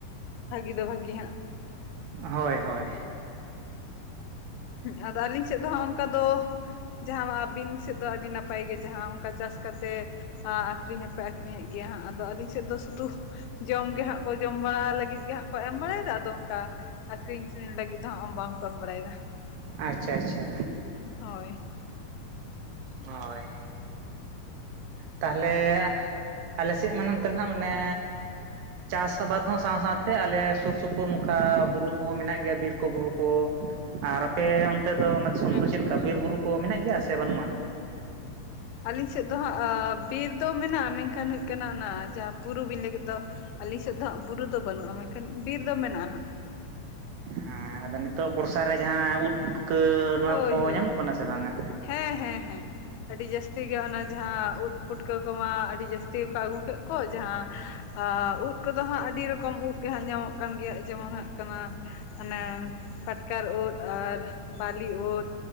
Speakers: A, on the left; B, on the right.
A: ᱵᱷᱟᱹᱜᱤ ᱫᱚ ᱵᱷᱟᱹᱜᱤ ᱦᱟᱸᱜ᱾
B: ᱦᱳᱭ ᱦᱳᱭ
A: ᱟᱫᱚ ᱟᱹᱞᱤᱧ ᱥᱮᱫ ᱫᱚ ᱦᱟᱸᱜ ᱚᱝᱠᱟ ᱫᱚ ᱡᱟᱦᱟᱸ ᱢᱟ ᱟᱹᱵᱤᱱ ᱥᱮᱫ ᱫᱚ ᱟᱹᱰᱤ ᱱᱟᱯᱟᱭ ᱜᱮ ᱡᱟᱦᱟᱸ ᱚᱝᱠᱟ ᱪᱟᱥ ᱠᱟᱛᱮ ᱟᱠᱷᱨᱤᱧ ᱦᱚᱸᱯᱮ ᱟᱠᱷᱤᱨᱤᱧᱮᱜ ᱜᱮᱭᱟ ᱦᱟᱸᱜ ᱟᱫᱚ ᱟᱞᱤᱧ ᱥᱮᱫ ᱫᱚ ᱥᱩᱫᱷᱩ ᱡᱚᱢ ᱜᱮ ᱦᱟᱸᱜ ᱠᱚ ᱡᱚᱢ ᱵᱟᱲᱟ ᱞᱟᱹᱜᱤᱫ ᱜᱮ ᱦᱟᱸᱜ ᱠᱚ ᱮᱢ ᱵᱟᱲᱟᱭ ᱫᱟ ᱟᱫᱚ ᱚᱝᱠᱟ ᱟᱠᱠᱷᱨᱤᱧ ᱥᱮᱱ ᱞᱟᱹᱜᱤᱫ ᱫᱚ ᱦᱚᱸᱜ ᱵᱟᱝᱠᱚ ᱮᱢ ᱵᱟᱲᱟᱭᱫᱟ᱾
B: ᱟᱪᱪᱷᱟ ᱟᱪᱪᱷᱟ᱾
A: ᱦᱳᱭ,
B: ᱦᱳᱭ, ᱛᱟᱦᱟᱞᱮ ᱟᱞᱮᱥᱮᱜ ᱢᱟ ᱱᱟᱱᱛᱮ ᱱᱟᱦᱟᱸᱜ ᱢᱟᱱᱮ ᱪᱟᱥ ᱟᱵᱟᱫᱽ ᱦᱚᱸ ᱥᱟᱶᱼᱥᱟᱶᱛᱮ ᱟᱞᱮ ᱥᱩᱨ ᱥᱩᱯᱩᱨ ᱱᱚᱝᱠᱟ ᱵᱩᱨᱩ ᱠᱚᱦᱚᱸ ᱢᱮᱱᱟᱜ ᱜᱮᱭᱟ ᱵᱤᱨ ᱠᱚ ᱵᱩᱨᱩ ᱠᱚ ᱟᱨ ᱟᱯᱮ ᱚᱱᱛᱮ ᱫᱚ ᱚᱱᱟ ᱫᱤᱥᱚᱢ
A: ᱟᱪᱪᱷᱟ
B: ᱫᱚ ᱪᱮᱫ ᱞᱮᱠᱟ ᱵᱤᱨ ᱵᱩᱨᱩ ᱠᱚ ᱢᱮᱱᱟᱜ ᱜᱮᱭᱟ ᱥᱮ ᱵᱟᱹᱱᱩᱜᱼᱟᱱ?
A: ᱟᱹᱞᱤᱧ ᱥᱮᱜ ᱫᱚ ᱦᱟᱸᱜ ᱟᱸ ᱵᱤᱨ ᱫᱚ ᱢᱮᱱᱟᱜᱼᱟ ᱢᱮᱱᱠᱷᱟᱱ ᱦᱩᱭᱩᱜ ᱠᱟᱱᱟ ᱚᱱᱟ ᱡᱟᱦᱟᱸ ᱵᱩᱨᱩ ᱵᱤᱱ ᱞᱟᱹᱭ ᱠᱮᱫ ᱫᱚ, ᱟᱹᱞᱤᱧ ᱥᱮᱜ ᱫᱚ ᱦᱟᱸᱜ ᱵᱩᱨᱩ ᱫᱚ ᱵᱟᱹᱱᱩᱜᱼᱟ, ᱢᱮᱱᱠᱷᱟᱱ ᱵᱤᱨ ᱫᱚ ᱢᱮᱱᱟᱜᱼᱟ ᱦᱟᱸᱜ᱾
B: ᱦᱮᱸ ᱟᱫᱚ ᱱᱤᱛᱳᱜ ᱵᱚᱨᱥᱟ ᱨᱮ ᱡᱟᱦᱟᱸ ᱩᱫ ᱯᱷᱩᱴᱠᱟᱹ ᱱᱚᱣᱟ
A: ᱦᱳᱭ
B: ᱠᱚ
A: ᱦᱳᱭ
B: ᱧᱟᱢᱚᱜ ᱠᱟᱱᱟ ᱥᱮ ᱵᱟᱝᱟ?
A: ᱦᱮᱸ ᱦᱮᱸ ᱦᱮᱸ᱾ ᱟᱹᱰᱤ ᱡᱟᱹᱥᱛᱤ ᱜᱮ ᱚᱱᱟ ᱡᱟᱦᱟᱸ ᱩᱫ ᱯᱩᱴᱠᱟᱹ ᱠᱚᱢᱟ ᱟᱹᱰᱤ ᱡᱟᱹᱥᱛᱤ ᱜᱮᱠᱚ ᱟᱹᱜᱩ ᱠᱮᱜ ᱠᱚ ᱡᱟᱦᱟᱸ ᱟᱸ ᱩᱫ ᱠᱚᱫᱚ ᱦᱟᱸᱜ ᱟᱹᱰᱤ ᱨᱚᱠᱚᱢ ᱩᱫ ᱜᱮ ᱦᱟᱸᱜ ᱧᱟᱢᱚᱜ ᱠᱟᱱ ᱜᱮᱭᱟ ᱡᱮᱢᱚᱱ ᱦᱟᱸᱜ, ᱠᱟᱱᱟ ᱢᱟᱱᱮ ᱯᱟᱴᱠᱟᱨ ᱩᱫ ᱟᱨ ᱵᱟᱞᱤ ᱩᱫ᱾